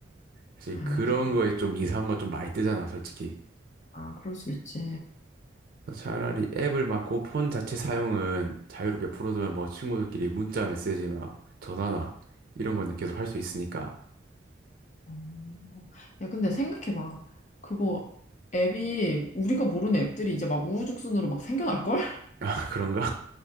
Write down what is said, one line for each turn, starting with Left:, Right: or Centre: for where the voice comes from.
Right: 사실
Left: 아,
Right: 그런 거에 좀 이상한 거 좀 많이 뜨잖아, 솔직히.
Left: 아, 그럴 수 있지.
Right: 그래서 차라리 앱을 막고 폰 자체 사용은 자유롭게 풀어두면 뭐 친구들끼리 문자 메시지 막 전화나 이런 거는 계속 할 수 있으니까.
Left: 음. 야, 근데 생각해봐. 그거 앱이 우리가 모르는 앱들이 이제 막 우후죽순으로 막 생겨날걸?
Right: <laughs> 아, 그런가?